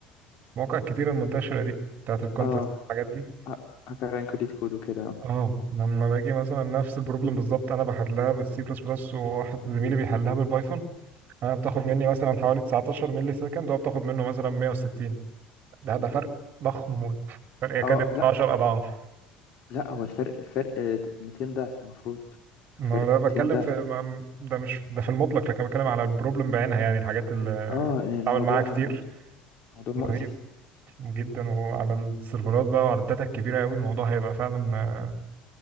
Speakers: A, on the right; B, on the left.
A: مواقع كتيرة المنتشرة دي بتاعت الكونتست
B: اه
A: الحاجات دي
B: ه- هكران كلية كود وكده اه
A: اه لما باجي مثلا نفس البروبلم بالظبط انا بحلها بالسي بلس بلس وواحد زميلي بيحلها بالبايثون انا بتاخد مني مثلا حوالي 19 ملي سكند وهو بتاخد منه مثلا 160 ده ده فرق ضخم موت فرق يكاد
B: اه
A: يكون
B: لا
A: 10 اضعاف
B: لا هو الفرق الفرق آه، 200 ضعف المفروض
A: ما
B: الفرق
A: هو ده
B: 200
A: بتكلم
B: ضعف
A: في ما ده مش ده في المطلق لكن بتكلم على البروبلم بعينها يعني الحاجات اللي
B: اه يعني الموضوع
A: بتعمل معاها كتير
B: موضوع موضوع مؤذي
A: رهيب جدا وعلى السيرفرات بقى وعلى الداتا الكبيرة قوي الموضوع هيبقى فعلا